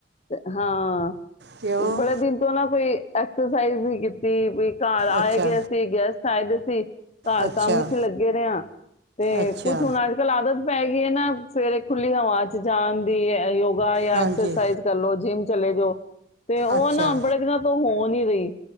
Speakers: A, on the left (about 40°); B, on the right (about 70°).
A: ਅ, ਹਾਂ,
B: ਕਿਉਂ
A: ਬੜੇ ਦਿਨ ਤੋਂ ਨਾ ਕੋਈ। ਐਕਸਰਸਾਈਜ਼ ਵੀ ਕੀਤੀ ਵੀ ਘਰ ਆਏ
B: ਅੱਛਾ
A: ਗੇ ਸੀ <unintelligible> ਸ਼ਾਇਦ ਅਸੀਂ ਘਰ
B: ਅੱਛਾ
A: ਕੰਮ ਵਿਚ ਲੱਗੇ ਰਹੇ ਆਂ ਤੇ
B: ਅੱਛਾ
A: ਕੁਛੁ ਹੁਣ ਅੱਜਕੱਲ ਆਦਤ। ਪੈ ਗਈ ਆ ਨਾ ਸਵੇਰੇ ਖੁੱਲੀ ਹਵਾ ਚ ਜਾਣ ਦੀ ਐ ਦੋ। <unintelligible> ਐਕਸਰਸਾਈ
B: ਹਾਂਜੀ
A: ਕਰਲੋ ਜਿੰਮ ਚਲੇ ਜਾਓ ਤੇ ਉਹ
B: ਅੱਛਾ
A: ਨਾ ਬੜੇ ਦਿਨਾਂ ਤੋਂ। ਹੋ ਨੀ ਰਹੀ।